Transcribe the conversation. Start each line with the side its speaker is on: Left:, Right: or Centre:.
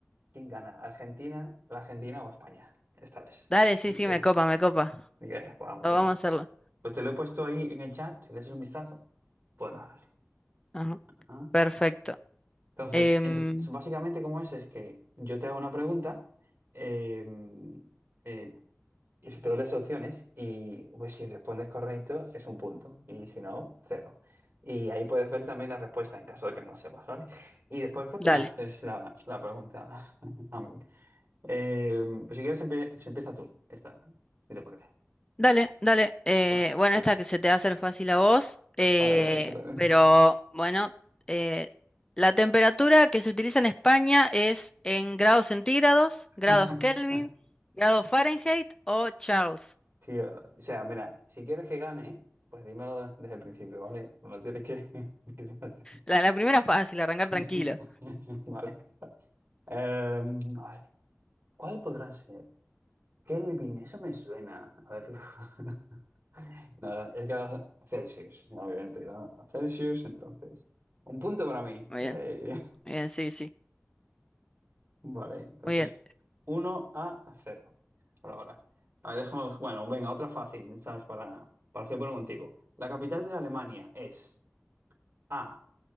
Right: quién gana, Argentina, la Argentina o España, esta vez.
Left: Dale, sí,
Right: Sí,
Left: sí,
Right: te-
Left: me copa, me copa.
Right: dije, "Guau, muy
Left: Ah, Vamos
Right: bien.
Left: a hacerlo.
Right: Pues te lo he puesto ahí en el chat, si le echas un vistazo. puedes.
Left: Ajá,
Right: ah.
Left: perfecto.
Right: Entonces,
Left: Em,
Right: es- es básicamente como es, es que yo te hago una pregunta. eh, eh, Y si te doy las opciones y pues si respondes correcto es un punto y si no, cero. Y ahí puedes ver también la respuesta en caso de que no lo sepas, ¿vale? Y después pues
Left: dale,
Right: tú me haces la, la pregunta <laughs> a mí. Eh, pues si quieres empie- se empieza tú, esta, si te parece.
Left: dale, dale. Eh,
Right: Va.
Left: bueno,
Right: Eh,
Left: esta que se te va a hacer fácil a vos, eh,
Right: A ver, a ver qué tal.
Left: pero bueno, eh, la temperatura que se utiliza en España es en grados centígrados,
Right: <laughs>
Left: grados Kelvin, grados Fahrenheit o Charles.
Right: Sí, o sea, mira, si quieres que gane, pues dímelo desde el principio, ¿vale? No tienes que, <laughs> que ser así.
Left: La, la primera fácil, arrancar
Right: <laughs>
Left: tranquilo.
Right: Vale. Em, a ver. ¿Cuál podrá ser? Kelvin, eso me suena. A ver. <laughs> Nada, es que era Celsius, obviamente, ¿no? Celsius, entonces. Un punto para mí.
Left: Muy
Right: Yay.
Left: bien, muy bien, sí, sí,
Right: <laughs> Vale, entonces
Left: muy bien.
Right: uno a cero. por ahora. A ver, déjame. Bueno, venga, otra fácil, ¿sabes? Para, para ser bueno contigo. La capital de Alemania es A.